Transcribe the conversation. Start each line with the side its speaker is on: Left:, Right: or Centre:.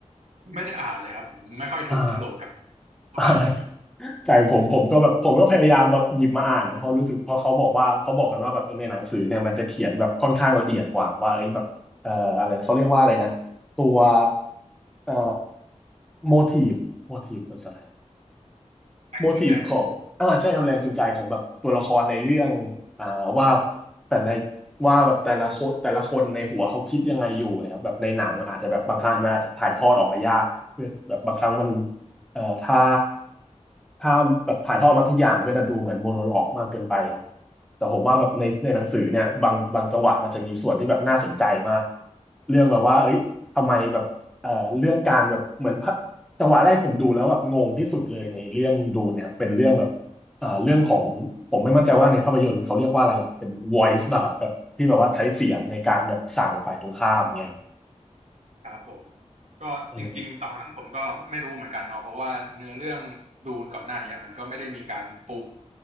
Right: ไม่ได้อ่านเลยครับผมไม่ค่อยถูกโฉลกกับ
Centre: อ่า
Right: เท่าไหร่
Centre: อ่า <laughs> แต่ผมผมก็แบบผมก็พยายามแบบหยิบมาอ่านนะเพราะรู้สึกเพราะเขาบอกว่าเขาบอกกันว่าแบบในหนังสือเนี่ยมันจะเขียนแบบค่อนข้างละเอียดกว่าว่าเอ้ยแบบเอ่ออะไรนะเขาเรียกว่าอะไรนะตัวเอ่อโมทีฟโมทีฟภาษาไทย
Right: แปลกจูงใจ
Centre: โมทีฟของอ่าใช่ครับแรงจูงใจของแบบตัวละครในเรื่องอ่าว่าแต่ละว่าแบบแต่ละคนแต่ละคนในหัวเขาคิดยังไงอยู่นะครับแบบในหนังอาจจะแบบบางครั้งมันอาจจะถ่ายทอดออกมายากเพื่อแบบบางครั้งมันเอ่อถ้าถ้าแบบถ่ายทอดมาทุกอย่างมันก็จะดูเหมือนโมโนโลกมากเกินไปเนาะแต่ผมว่าแบบในในหนังสือเนี่ยบางบางจังหวะมันจะมีส่วนที่แบบน่าสนใจมากเรื่องแบบว่าเอ้ยทำไมแบบเอ่อเรื่องการแบบเหมือนพระ จังหวะแรกที่ผมดูแล้วแบบงงที่สุดเลยในเรื่องดูเนี่ยเป็นเรื่องแบบอ่าเรื่องของผมไม่มั่นใจว่าในภาพยนตร์เขาเรียกว่าอะไรเป็น voice ป่ะครับแบบที่แบบว่าใช้เสียงในการแบบสั่งฝ่ายตรงข้ามเนี่ยครับ
Right: ครับผมก็จริงๆตอนนั้นผมก็ไม่รู้เหมือนกันเนาะเพราะว่าเนื้อเรื่องดูนก่อนหน้าเนี้ยมันก็ไม่ได้มีการปู
Centre: เออ